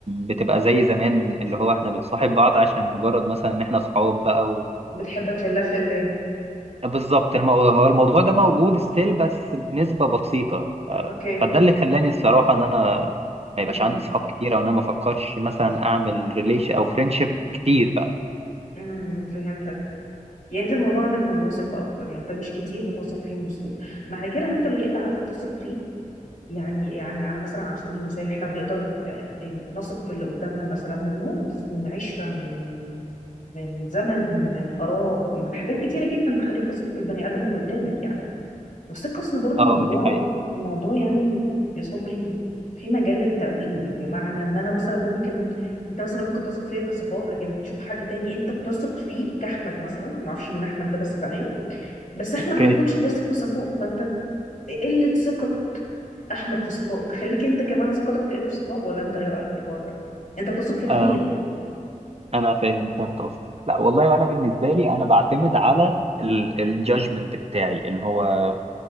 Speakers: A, on the right; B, on the left.
A: بتبقى زي زمان اللي هو احنا بنصاحب بعض عشان مجرد مثلا ان احنا صحاب بقى و...
B: بتحبك لله في الله
A: وبالظبط الم- هو الموضوع ده موجود ستيل بس بنسبة بسيطة ف-
B: اوكي
A: فده اللي خلاني الصراحة ان انا ما
B: امم
A: يبقاش عندي صحاب كتير او ان انا ما افكرش مثلا اعمل ريليشن او فريندشيب كتير بقى
B: امم فهمتك يعني انت الموضوع عندك موضوع ثقه اكتر يعني انت مش كتير بتثق فيهم بسهوله معنى كده ان انت لو لقيت عدد تثق فيه يعني يعني على مثلا على سبيل المثال احنا بنقدر آه، نثق في اللي قدامنا مثلا من موقف من عشرة من من زمن من آراء من حاجات كتيرة جدا تخليك تثق في البني آدم اللي قدامك يعني بس القصة برضو
A: اه
B: موضوع
A: دي حقيقة
B: موضوع يعني يا صبري في مجال للتأويل بمعنى ان انا مثلا ممكن انت مثلا ممكن تثق فيا كصفاء لكن تشوف حد تاني انت بتثق فيه كأحمد مثلا ما اعرفش مين احمد ده بس تمام بس احمد
A: اوكي
B: ما يكونش بيثق في صفاء فانت قلة ثقة احمد في صفاء تخليك انت كمان ثقتك تقل في صفاء ولا انت ايه رايك في الحوار ده انت بتثق في الاثنين
A: آه انا فاهم فهمت قصدك لا والله وانا بالنسبة لي انا بعتمد على الجادجمنت بتاعي ان هو